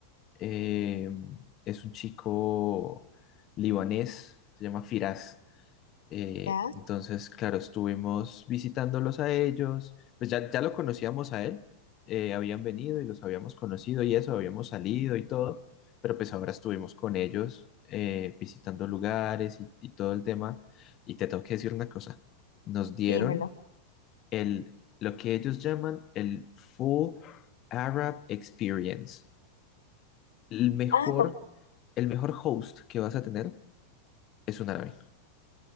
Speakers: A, on the left; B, on the left.
A: eh, es un chico libanés, se llama Firas. Eh,
B: ¿Ya?
A: entonces, claro, estuvimos visitándolos a ellos, pues ya, ya lo conocíamos a él, eh, habían venido y los habíamos conocido y eso, habíamos salido y todo, pero pues ahora estuvimos con ellos eh, visitando lugares y, y todo el tema. Y te tengo que decir una cosa, nos dieron
B: Dímelo.
A: el, lo que ellos llaman el Full Arab Experience, el mejor,
B: Ah, com-
A: el mejor host que vas a tener es un árabe.